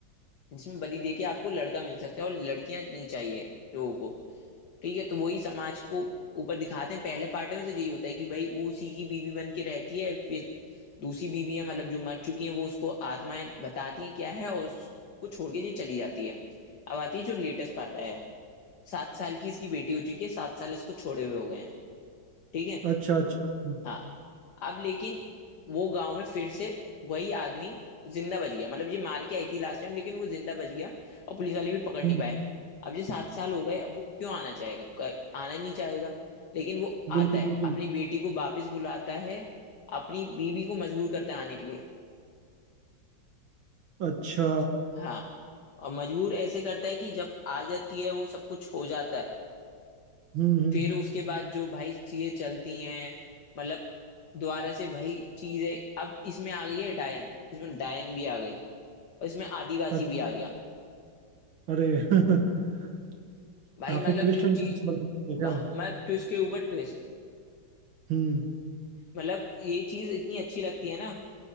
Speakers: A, on the left (about 60°); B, on the right (about 80°).
A: जिसमें बलि दे के आपको लड़का मिल सकता है और लड़कियां नहीं चाहिए लोगों को ठीक है तो वही समाज को ऊपर दिखाते हैं पहले पार्ट में तो यही होता है कि भाई वो उसी की बीवी बन के रहती है फिर दूसरी बीवियां मतलब जो मर चुकी हैं वो उसको आत्माएं बताती हैं क्या है और उसको छोड़ के ये चली जाती है अब आती है जो लेटेस्ट पार्ट आया है सात साल की इसकी बेटी हो चुकी है सात साल इसको छोड़े हुए हो गए हैं ठीक है
B: अच्छा अच्छा अच्छा
A: हाँ अब लेकिन वो गांव में फिर से वही आदमी जिंदा बच गया मतलब ये मार के आई थी लास्ट टाइम लेकिन वो जिंदा बच गया और पुलिस वाले भी पकड़
B: हम्म,
A: नहीं पाए अब ये सात साल हो गए अब वो क्यों आना चाहेगा क- आना नहीं चाहेगा लेकिन वो
B: बिल्कुल
A: आता है
B: बिल्कुल
A: अपनी बेटी को वापस बुलाता है अपनी बीवी को मजबूर करता है आने के लिए
B: अच्छा
A: हाँ और मजबूर ऐसे करता है कि जब आ जाती है वो सब कुछ हो जाता है
B: हम्म हम्म
A: फिर उसके बाद जो भाई चीजें चलती हैं मतलब दोबारा से वही चीज है अब इसमें आ गई है डायन इसमें डायन भी आ गई और इसमें आदिवासी
B: अ-
A: भी आ गया
B: अरे <laughs>
A: भाई
B: काफी
A: मतलब
B: ट्विस्ट
A: जो चीज
B: एंड टर्न्स वाली movie है
A: वहाँ-
B: क्या
A: मतलब ट्विस्ट के ऊपर ट्विस्ट
B: हम्म
A: मतलब ये चीज इतनी अच्छी लगती है ना